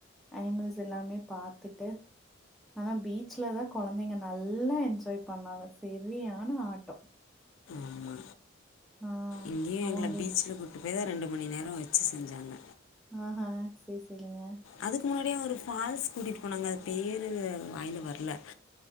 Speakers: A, in the centre; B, on the left (about 80°).
A: அனிமல்ஸ் எல்லாமே பாத்துட்டு ஆனா பீச்லதா கொழந்தைங்க நல்லா எஜ்ஜாய் பண்ணாங்க செரியான ஆட்டோ
B: ஆமா
A: ஆ
B: இங்கேயு
A: அவங்களுக்கு
B: எங்கல பீச்சல கூ அப்டே தா ரெண்டு மணி நேரொ வச்சு செஞ்சாங்க
A: ஆஹா சேர் செரிங்க
B: அதுக்கு முன்னாடியு ஒரு ஃபால்ஸ் கூட்டிட்டு போனாங்க அது பேரு வாய்ல வர்ல